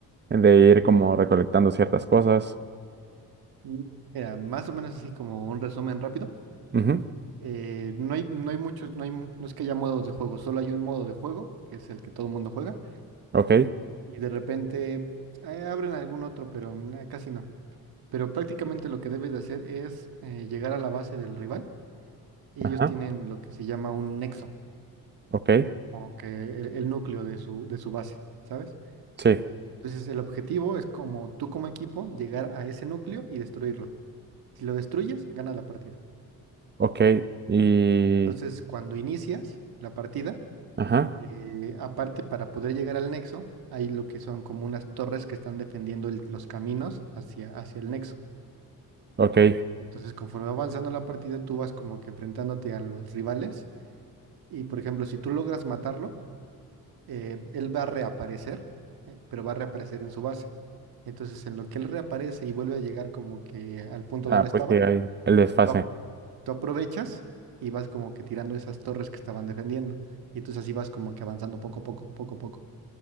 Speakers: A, on the right; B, on the right.
A: de ir como recolectando ciertas cosas.
B: Mm. Mira, más o menos así como un resumen rápido.
A: Ujú,
B: Eh, no hay, no hay muchos, no hay, no es que haya modos de juego, solo hay un modo de juego, que es el que todo el mundo juega,
A: Ok,
B: y de repente eh, abren algún otro, pero nah, casi no. Pero prácticamente lo que debes de hacer es eh, llegar a la base del rival. Ellos
A: ajá,
B: tienen lo que se llama un nexo,
A: ok,
B: o que el, el núcleo de su, de su base, ¿sabes?
A: sí,
B: Entonces el objetivo es como tú como equipo llegar a ese núcleo y destruirlo. Si lo destruyes, ganas la partida.
A: ok, y
B: Entonces cuando inicias la partida,
A: ajá,
B: Eh, aparte, para poder llegar al nexo, hay lo que son como unas torres que están defendiendo el- los caminos hacia, hacia el nexo.
A: ok.
B: Entonces, conforme va avanzando la partida, tú vas como que enfrentándote a los rivales. Y, por ejemplo, si tú logras matarlo, eh, él va a reaparecer, eh, pero va a reaparecer en su base. Entonces, en lo que él reaparece y vuelve a llegar como que al punto
A: Ah,
B: donde estaba,
A: pues sí, hay el desfase.
B: tú, ap- tú aprovechas y vas como que tirando esas torres que estaban defendiendo. Y entonces así vas como que avanzando poco a poco, poco a poco.